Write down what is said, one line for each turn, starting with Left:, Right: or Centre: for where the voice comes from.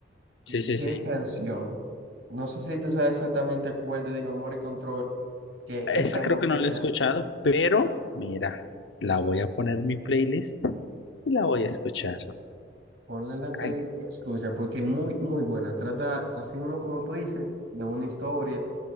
Left: sí,
Right: ¿Qué,
Left: sí,
Right: qué
Left: sí.
Right: canción? No sé si tú sabes exactamente cuál te digo, Amor y Control, que esa
Left: Esa
Right: música,
Left: creo que no la he escuchado, pero mira, la voy a poner en mi playlist y la voy a escuchar.
Right: ponla en la play
Left: Ay,
Right: y escucha, porque es muy, muy buena. Trata, así mismo como tú dices, de una historia.